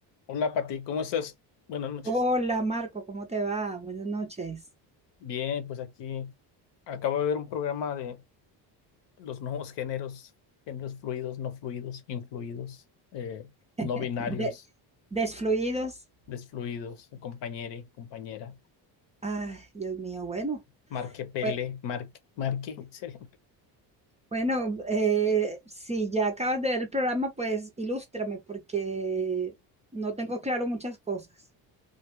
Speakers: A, on the left; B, on the right.
A: Hola Pati, ¿cómo estás? Buenas noches.
B: Hola Marco, ¿cómo te va? Buenas noches.
A: Bien, pues aquí acabo de ver un programa de los nuevos géneros, géneros fluidos, no fluidos, influidos, eh, no binarios,
B: <laughs> De- desfluidos.
A: desfluidos, compañere, compañera,
B: Ay, Dios mío, bueno.
A: marquepele,
B: bue-
A: marque, marque, <laughs> sería.
B: Bueno, eh, si ya acabas de ver el programa, pues ilústrame porque no tengo claro muchas cosas.